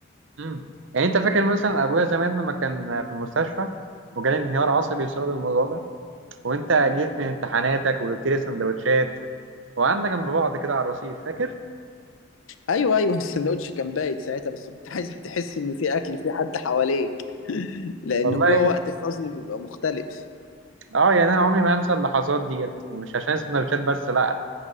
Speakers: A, on the right (about 70°); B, on the left (about 80°).
A: امم يعني انت فاكر مثلا ابويا زمان لما كان في المستشفى وجالي انهيار عصبي بسبب الموضوع ده وانت جيت من امتحاناتك وجبت لي سندوتشات وقعدنا جنب بعض كده على الرصيف فاكر
B: ايوه ايوه السندوتش كان بايت ساعتها بس كنت عايزك تحس ان في اكل في حد حواليك <laughs> لان
A: والله
B: جوه وقت الحزن بيبقى مختلف
A: اه يعني انا عمري ما هنسى اللحظات ديت ومش عشان السندوتشات بس لا